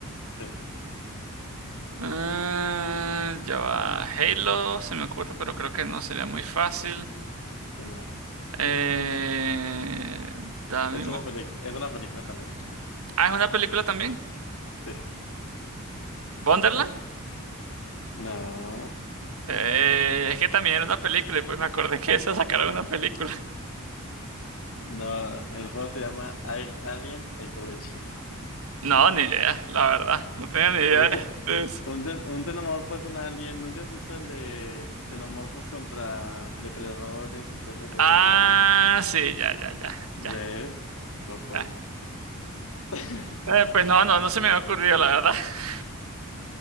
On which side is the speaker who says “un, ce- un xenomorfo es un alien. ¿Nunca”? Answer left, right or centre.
Left